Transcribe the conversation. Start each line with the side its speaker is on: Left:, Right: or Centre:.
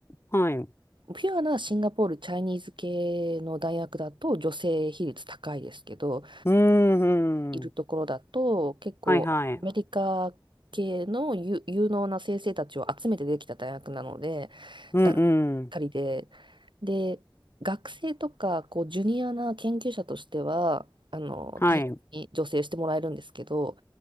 Left: はい。う
Right: ピュアなシンガポールチャイニーズ系の大学だと女性比率高いですけど、
Left: ーん、
Right: いるところだと結構アメリカ系の有、
Left: うん。はいはい。
Right: 有能な先生たちを集めてできた大学なので
Left: うん、
Right: 男性ばっかりで、
Left: うん。
Right: で学生とかこうジュニアな研究者としてはあの大切に助成してもらえるんですけど
Left: はい。